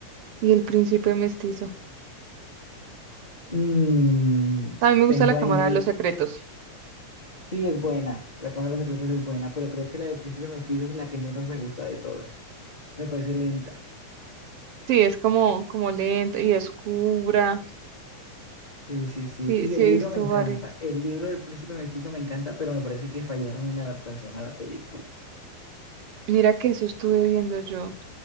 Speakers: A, on the right; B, on the left.
A: Y el príncipe mestizo.
B: Mm,
A: También me
B: tengo
A: gusta la Cámara
B: ahí,
A: de los Secretos.
B: sí es buena, La Cámara de los Secretos es buena, pero creo que la del Príncipe Mestizo es la que menos me gusta de todas. Me parece lenta.
A: Sí, es como, como lenta y oscura.
B: Sí, sí, sí.
A: Sí,
B: Y
A: sí
B: el
A: he
B: libro
A: visto
B: me encanta.
A: varias.
B: El libro del Príncipe Mestizo me encanta, pero me parece que fallaron en la adaptación a la película.
A: Mira que eso estuve viendo yo.